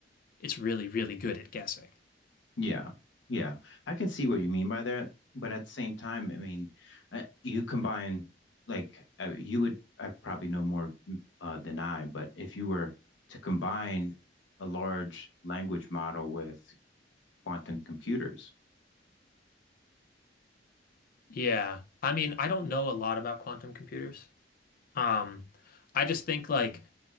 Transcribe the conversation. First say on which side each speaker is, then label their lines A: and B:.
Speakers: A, on the left; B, on the left.
A: it's really, really good at guessing.
B: Yeah, yeah. I can see what you mean by that, but at the same time, I mean, uh, you combine like uh, you would I probably know more mm, uh, than I, but if you were to combine a large language model with quantum computers,
A: Yeah. I mean, I don't know a lot about quantum computers. Um, I just think like